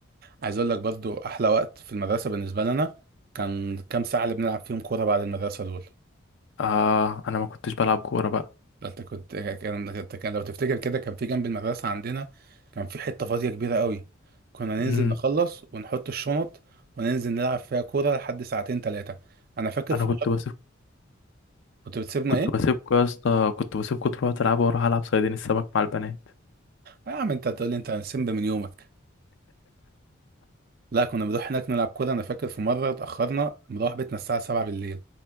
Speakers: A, on the right; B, on the left.
A: عايز اقول لك برضو احلى وقت في المدرسه بالنسبه لنا كان كام ساعه اللي بنلعب فيهم كوره بعد المدرسه دول
B: اه انا ما كنتش بلعب كوره بقى
A: ده انت كنت كان كنت- كان لو تفتكر كده كان في جنب المدرسه عندنا كان في حته فاضيه كبيره قوي كنا ننزل
B: امم
A: نخلص ونحط الشنط وننزل نلعب فيها كوره لحد ساعتين ثلاثه انا فاكر
B: انا
A: في
B: كنت بس
A: كنت بتسيبنا
B: كنت
A: ايه؟
B: بسيبكوا يا اسطى كنت بسيبكوا تروحوا تلعبوا واروح العب صيادين السمك مع البنات
A: آه يا عم انت هتقول لي انت سمب من يومك لا كنا بنروح هناك نلعب كورة انا فاكر في مرة اتأخرنا مروح بيتنا الساعة 7 بالليل